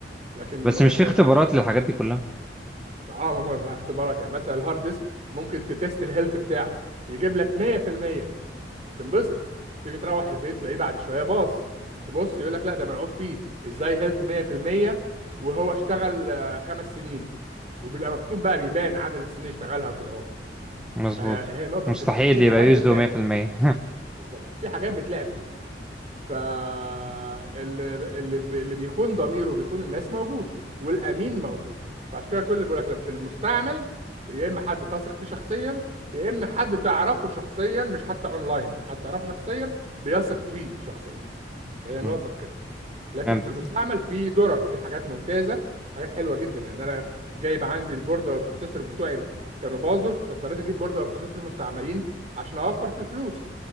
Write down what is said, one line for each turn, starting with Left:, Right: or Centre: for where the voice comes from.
Right: لكن
Centre: بس
Right: اه
Centre: مش في اختبارات
Right: آه، لا
Centre: للحاجات دي كلها
Right: اه ما هو في اختبارات يعني مثلا الهارد ديسك ممكن تتست الهيلث بتاعه يجيب لك 100% تنبسط تيجي تروح البيت تلاقيه بعد شويه باظ تبص يقول لك لا ده ملعوب فيه ازاي هيلث 100% وهو اشتغل آه، خمس سنين وبيبقى مكتوب بقى بيبان عدد السنين اللي اشتغلها وكده اهو
Centre: مظبوط
Right: فهي نقطه
Centre: مستحيل
Right: في كده اهو ففي
Centre: يبقى
Right: حاجات
Centre: يسدو
Right: بيتلعب
Centre: 100%
Right: فيها بالظبط في حاجات بيتلعب فيها فاللي اللي اللي بيخون ضميره وبيخون الناس موجود والامين موجود فعشان كده كل اللي بيقول لك لما في المستعمل يا اما حد تثق فيه شخصيا يا اما حد تعرفه شخصيا مش حتى اونلاين حد تعرفه شخصيا بيثق فيه شخصيا هي
Centre: م.
Right: النقطه في كده لكن
Centre: <laughs> فهمت
Right: في المستعمل في درر في حاجات ممتازه حاجات حلوه جدا يعني انا جايب عندي البورده والبروسيسور بتوعي ب- كانوا باظوا فاضطريت اجيب بورده وبروسيسور مستعملين عشان اوفر في الفلوس